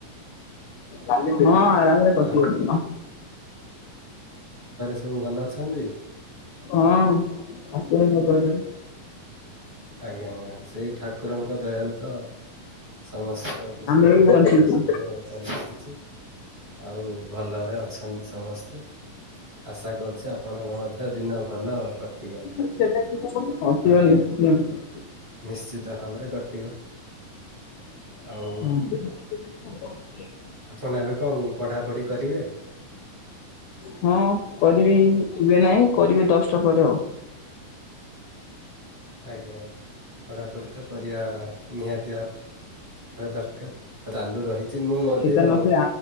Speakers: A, on the left; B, on the right.
A: କାଲି ମିଳିବ ହଁ ଆରାମ ରେ କିଟିବ
B: ଆ
A: ଦିନ।
B: ସେସବୁ ଭଲ ଅଛନ୍ତି।
A: ଉଁ ଆପଣଙ୍କ ଦୟାରୁ।
B: ଆଜ୍ଞା ଆଜ୍ଞା ସେଇ ଠାକୁରଙ୍କ ଦୟାରୁ ତ ସମସ୍ତ କୁଶଳ
A: ଆମେ ବି
B: ମଙ୍ଗଳ
A: ବଞ୍ଚିଛୁ
B: ସମୟ ଚାଲିଛି। ଆଉ ଭଲ ରେ ଅଛନ୍ତି ସମସ୍ତେ। ଆଶା କରୁଛି ଆପଣମାନଙ୍କ ମଧ୍ୟ ଦିନ ଭଲ କଟିବ।
A: <inaudible>
B: ଆଜ୍ଞା ନିଶ୍ଚିତ ଭାବରେ କଟିବ।
A: ଉଁ।
B: ଆଉ ଆପଣ ଏବେ କଣ ପଢାପଢି କରିବେ।
A: ହଁ କରିବି ହୁଏ ନାହିଁ କରିବି ଦଶଟା ପରେ ଆଉ।
B: ଆଜ୍ଞା ଆଜ୍ଞା ପଢାପଢି ତ କରିବା ନିହାତି ଆବ ଭାବେ ଦରକାର ରାନୁ ରହିଛି ମୁଁ ମଧ୍ୟ
A: ସେଟା ନକଲେ